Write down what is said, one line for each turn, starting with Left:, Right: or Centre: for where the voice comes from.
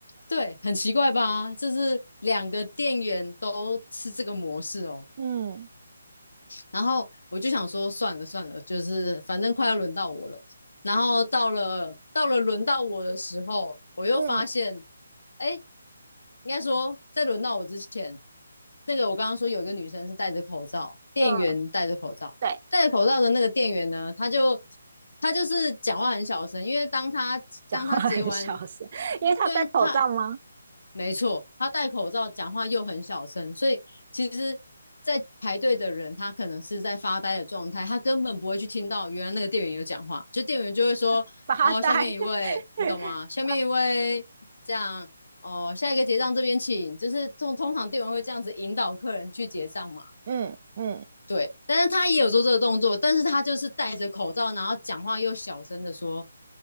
Left: 对，很奇怪吧？就是两个店员都是这个模式哦。
Right: 嗯
Left: 然后我就想说，算了算了，就是反正快要轮到我了。然后到了到了轮到我的时候，我又发现，
Right: 嗯
Left: 哎，应该说在轮到我之前，那个我刚刚说有一个女生是戴着口罩，店员戴着口罩，
Right: 嗯，对，
Left: 戴着口罩的那个店员呢，他就他就是讲话很小声，因为当他当他结完，
Right: 讲话很 <laughs> 小声，因为他戴口罩吗？
Left: 对他没错，他戴口罩，讲话又很小声，所以其实，在排队的人他可能是在发呆的状态，他根本不会去听到原来那个店员有讲话，就店员就会说：
Right: <laughs> 发呆。
Left: “哦，下面一位，
Right: <laughs>
Left: 你懂吗？下面一位，这样哦，下一个结账这边请。”就是通通常店员会这样子引导客人去结账嘛。
Right: 嗯嗯
Left: 对，但是他也有做这个动作，但是他就是戴着口罩，然后讲话又小声的说：